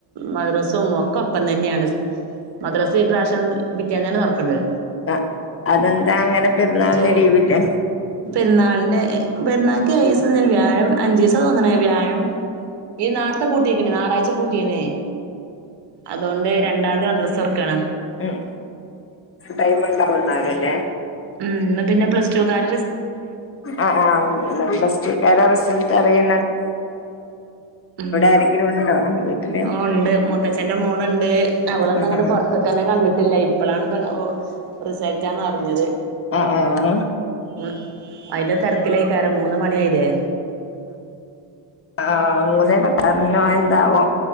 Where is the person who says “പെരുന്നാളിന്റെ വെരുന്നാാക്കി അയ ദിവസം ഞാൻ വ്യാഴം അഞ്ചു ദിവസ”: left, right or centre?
Right